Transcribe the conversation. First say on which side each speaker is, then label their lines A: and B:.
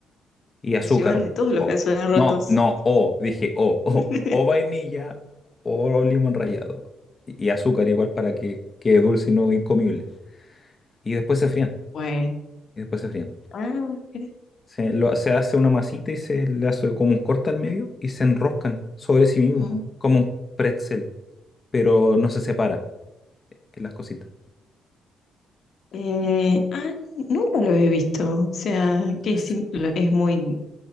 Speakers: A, on the left; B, on the left.
A: y azúcar.
B: llevan de todos los
A: o-
B: calzones rotos.
A: no, no, o, dije o, o,
B: <laughs>
A: o vainilla o limón rallado. Y y azúcar igual para que quede dulce y no incomible. Y después se frían.
B: Bueno,
A: Y después se frían.
B: ah, mira.
A: Se, lo- se hace una masita y se le hace como un corte al medio y se enroscan sobre sí mismo,
B: mm.
A: como un pretzel, pero no se separa en las cositas.
B: Eh, ah, nunca lo he visto. O sea, que es,
A: S-
B: sim- lo- es muy,